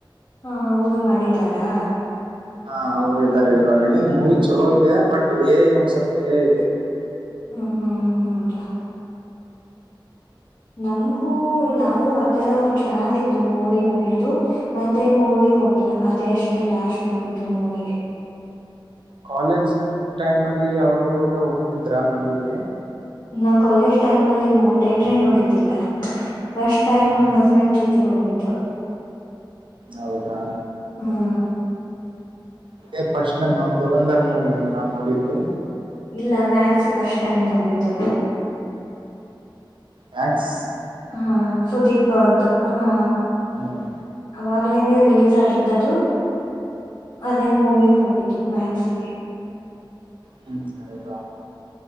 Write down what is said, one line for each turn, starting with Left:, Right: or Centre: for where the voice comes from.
Left: ಹಾ ಊರು ಮಾಡಿದಾರಾ
Right: ಹಾ ಅವರು ಇದ್ದಾರೆ ಇರೋಹಿಣಿ ಮೂವಿ ಚಲೋ ಇದೆ ಬಟ್ ಏ ಒಂದ್ ಸ್ವಲ್ಪ ಏ ಇದೆ
Left: ಹ್ಮ್ ಹ್ಮ್ ಹ್ಮದಾ ನಮ್ಗೂ ನಾವು ಆಥರ ಚೆನ್ನಾಗಿತ್ತು ಮೂವಿ ಹೋಗಿದ್ದು ಮತ್ತೆ ಮೂವಿ ಹೋಗಿಲ್ಲ ಅದೇ ಅಷ್ಟೆ ಲಾಸ್ಟ್ ಹೋಗಿದ್ದು ಮೂವಿಗೆ
Right: ಕಾಲೇಜ್ ಟೈಮ್ ಅಲ್ಲಿ ಅವಾಗವಾಗ ಹೋಗ್ತಿದ್ರ ಮೂವಿಗೆ
Left: ನಾ ಕಾಲೇಜ್ ಟೈಮ್ ಅಲ್ಲಿ ಮ ಟೇಟ್ರಿ ನೋಡತಿಿಲ್ಲ ಫಸ್ಟ್ ಟೈ್
Right: ಹ್ಮ್
Left: ನಮ್ ಹಸ್ಬೆಂಡ್ ಜೊತೆ ಹೋಗಿದ್ದ
Right: ಹೌದಾ
Left: ಹಾ
Right: ಇದೇ ಫಸ್ಟ್ ಟೈಮ್ ದುರಂಧ ಮೂವಿ ನೇ ನಾ ನೋಡಿದ್ದು
Left: ಇಲ್ಲ ಮ್ಯಾಕ್ಸ್ ಫಸ್ಟ್ ಟೈಮ್ ನೋಡಿದ್ದವನು
Right: ಮ್ಯಾಕ್
Left: ಹಾ ಸುದೀಪ್ ಅವ್ರ್ದು ಹಾ
Right: ಹ್ಮ್
Left: ಯಾಗ್ಲೇನೆೇ ರಿಲೀಸ್ ಆಗಿತ್ತದು ಅದೇ ಮೂವಿ ಹೋಗಿ ಮ್ಯಾಕ್ಸಿಗೆ
Right: ಹ್ಮ್ ಹೌದ